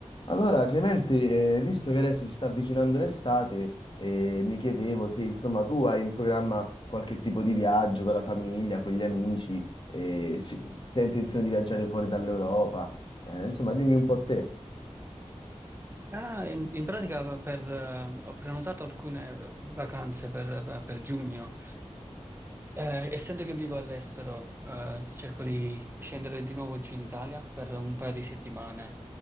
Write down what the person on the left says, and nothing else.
Allora, Clemente, eh, visto che adesso si sta avvicinando l'estate, eh, mi chiedevo se insomma tu hai in programma qualche tipo di viaggio con la famiglia, con gli amici, eh, se, se hai intenzione di viaggiare fuori dall'Europa, Eh, insomma dimmi un po' te.